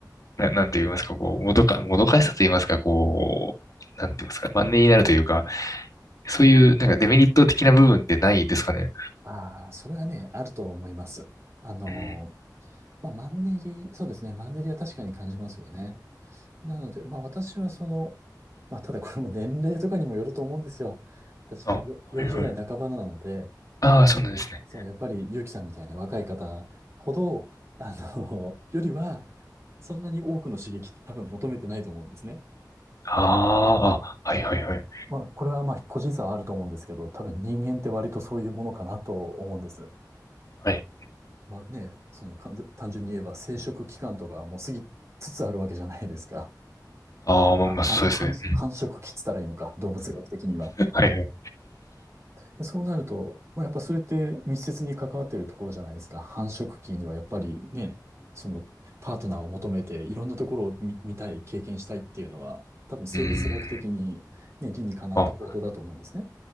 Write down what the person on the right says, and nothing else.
ああ、それはね、あると思います。あの
まあ、マンネリ、そうですね。マンネリは確かに感じますよね。なので、まあ私はその、まあただこれも年齢とかにもよると思うんですよ。私もよ40代半ばなので、
そう、やっぱり結城さんみたいな若い方ほど、あの、<laughs> よりは、そんなに多くの刺激って多分求めてないと思うんですね。
まあこれはまあ個人差はあると思うんですけど、多分人間って割とそういうものかなと思うんです。
まあね、そのかん単純に言えば生殖期間とかはもう過ぎつつあるわけじゃないですか。
あ、繁、
繁繁殖期っつったらいいのか、動物学的には。
でそうなると、まあ、やっぱそれって密接に関わっているところじゃないですか。繁殖期にはやっぱりね、そのパートナーを求めていろんなところを見、見たい、経験したいっていうのは、多分生物学的にね、
理にかなった行動だと思うんですね。